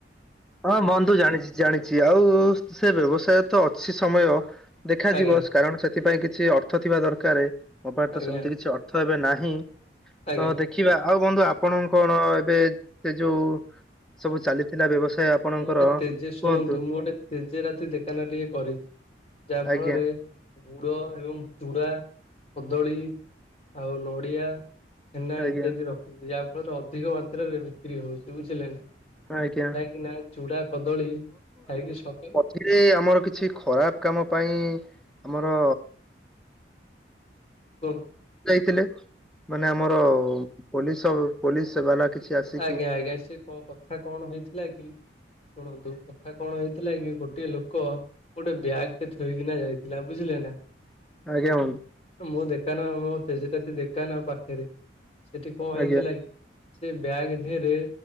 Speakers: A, in the centre; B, on the left (about 35°).
A: ହଁ ବନ୍ତୁ ଜାଣିଛି ଜାଣିଛି ଆଉ ସେ ବ୍ୟବସାୟ ତ ଅଛି ସମୟ ଦେଖାଯିବ
B: ଆଜ୍ଞା
A: କାରଣ ସେଥିପାଇଁ କିଛି ଅର୍ଥ ଥିବା ଦରକାର ମୋ ପାଇଁ ତ
B: ଆଜ୍ଞା
A: ସେମିତି କିଛି ଅର୍ଥ ଏବେ ନାହିଁ
B: ଆଜ୍ଞା।
A: ତ ଦେଖ ଦେଖିବା ଆଉ ବନ୍ଧୁ ଆପଣ କଣ ଏବେ ସେ ଯୋଉ ସବୁ ଚାଲିଥିଲା ବ୍ୟବସାୟ ଆପଣଙ୍କର
B: ମୁଁ ଗୋଟେ ତେଜେ ଶୁଣନ୍ତୁ
A: କୁହନ୍ତୁ
B: ମୁଁ ଗୋଟେ ତେଜେ ରାତି ଦେଖାନ ଟିକେ କରିଛି ଯାହା
A: ଆଜ୍ଞା
B: ଫଳରେ ଗୁଡ ଏବଂ ଚୁଡ଼ା କଦଳୀ ଆଉ ନଡ଼ିଆ ଛେନା
A: ଆଜ୍ଞା
B: ଇତ୍ୟାଦି ରଖୁଛି ଯାହା ଫଳରେ ଅଧିକ ମାତ୍ରାରେ ବିକ୍ରି ହଉଛି ବୁଝିଲେ ନା
A: ଆ କଆା
B: କାହିଁକି ନା ଚୁଡା କଦଳୀ ଖାଇକି ସକ
A: ସେଥିରେ ଆମର କିଛି ଖରାପ କାମ ପାଇଁ ଆମର
B: କୁହନ୍ତୁ।
A: ଯାଇଥିଲେ ମାନେ ଆମର ପୋଲିସ ପୋଲିସ ବାଲା କିଛି ଆସିକି
B: ଆଜ୍ଞା ଆଜ୍ଞା ସି କଥା କଣ ହେଇଥିଲା ଥିଲା କି ଶୁଣନ୍ତୁ କଥା କଣ ହେଇଥିଲା କି ଗୋଟିଏ ଲୋକ ଗୋଟେ ବ୍ୟାଗ ତେ ଥୋଇକିନା ଯାଇଥିଲା ବୁଝିଲେ ନା
A: ଆଜ୍ଞା
B: ମୁଁ ଦେଖାନ ମୋ ତେଜରାତି ଦେଖାନ ପାଖରେ ସେଠି କଣ
A: ଆଜ୍ଞା
B: ହେଇଥିଲା କି ସେ ବ୍ୟାଗ ଧରେ